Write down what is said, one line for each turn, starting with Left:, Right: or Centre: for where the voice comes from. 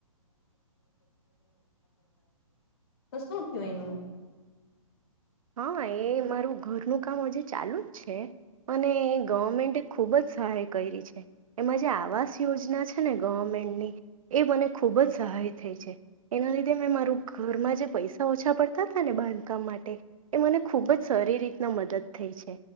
Left: તો શું થયું એનું?
Right: હા એ મારું ઘરનું કામ હજુ ચાલુ જ છે, અને ગવર્મેન્ટે ખુબ જ સહાય કયરી છે, એમાં જે આવાસ યોજના છે ને ગવર્મેન્ટની એ મને ખૂબ જ સહાય થઈ છે, એના લીધે મેં મારું ઘરમાં જે પૈસા ઓછા પડતા હતા ને બાંધકામ માટે એ મને ખૂબ જ સારી રીતના મદદ થઈ છે